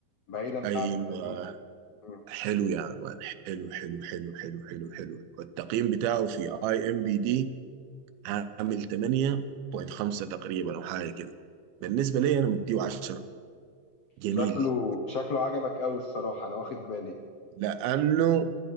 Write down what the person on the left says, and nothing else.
بعيدا
بقى عن القديم مم.
شكله شكله عجبك قوي الصراحة انا واخد بالي